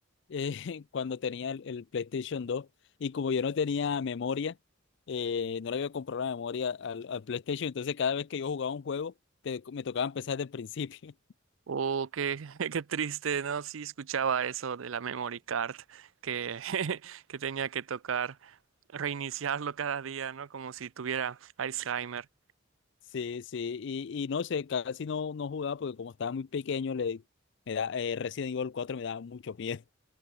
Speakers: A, on the left; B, on the right.
A: eh, <laughs> cuando tenía el, el PlayStation 2 y como yo no tenía memoria, eh, no le había comprado la memoria al, al PlayStation, entonces cada vez que yo jugaba un juego te- me tocaba empezar desde el principio. <laughs>
B: Oh, qué, <laughs> qué triste, ¿no? Sí, escuchaba eso de la memory card que, <laughs> que tenía que tocar reiniciarlo cada día, ¿no? Como si tuviera Alzheimer.
A: Sí, sí, y, y no sé, casi no, no jugaba porque como estaba muy pequeño, le, me da, eh, Resident Evil cuatro me daba mucho miedo.